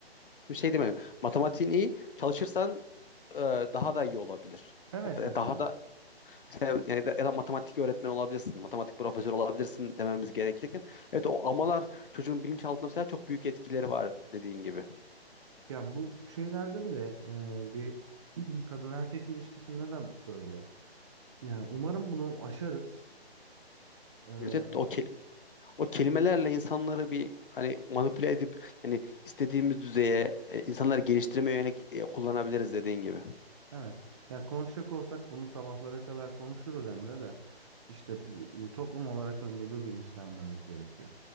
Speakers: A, on the left; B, on the right.
A: Bir şey demek. Matematiğin iyi, çalışırsan e, daha da iyi olabilir.
B: Evet
A: Da-
B: mesela
A: Daha da Sen, ya da, ya da matematik öğretmeni olabilirsin, matematik profesörü olabilirsin dememiz gerekirken. Evet o amalar çocuğun bilinçaltında mesela çok büyük etkileri var dediğin gibi.
B: ya bu şeylerde bile e, bir kadın erkek ilişkisinde de böyle. Ya umarım bunu aşarız. E,
A: Evet evet, o, kel- o kelimelerle insanları bir hani manipüle edip hani istediğimiz düzeye e, insanları geliştirmeye yönelik e, kullanabiliriz dediğin gibi.
B: <clears throat> evet ya konuşacak olsak bunu sabahlara kadar konuşuruz Emre de. İşte bu- toplum olarak önce bir bilinçlenmemiz gerekiyor.